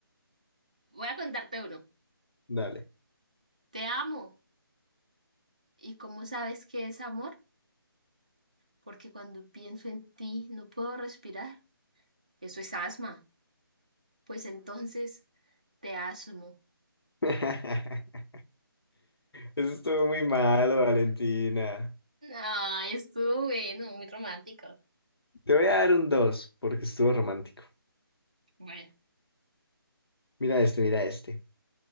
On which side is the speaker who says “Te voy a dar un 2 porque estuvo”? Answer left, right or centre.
Left